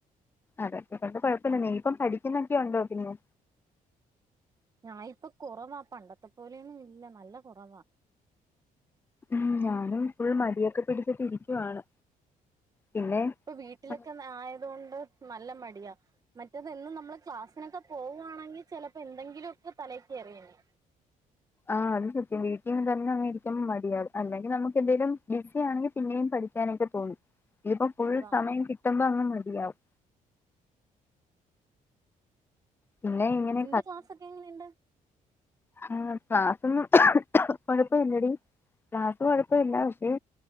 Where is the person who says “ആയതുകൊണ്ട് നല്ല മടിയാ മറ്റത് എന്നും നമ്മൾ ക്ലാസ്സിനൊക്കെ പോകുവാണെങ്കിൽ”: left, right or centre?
Right